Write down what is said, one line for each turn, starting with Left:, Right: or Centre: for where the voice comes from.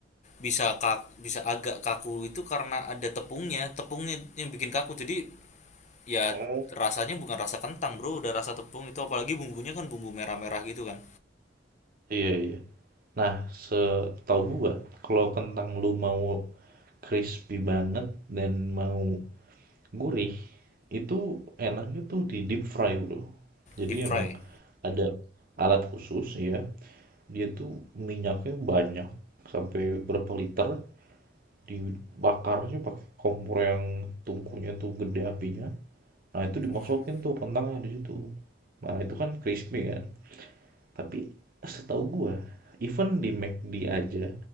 Left: bisa kak bisa agak kaku itu karena ada tepungnya, tepungnya yang bikin kaku. Jadi ya
Right: Oh.
Left: rasanya bukan rasa kentang, Bro, udah rasa tepung itu apalagi bumbunya kan bumbu merah-merah gitu kan.
Right: Iya, iya. Nah, setahu gua, kalau kentang lu mau crispy banget dan mau gurih, itu enaknya tuh di deep fry, bro. Jadi
Left: Deep fry.
Right: emang ada alat khusus ya. Dia tuh minyaknya banyak, sampai berapa liter, dibakarnya pakai kompor yang tungkunya tuh gede apinya. Nah, itu dimasukin
Left: Oh.
Right: tuh kentangnya di situ. Nah, itu kan crispy kan. Tapi setahu gua, even di McD aja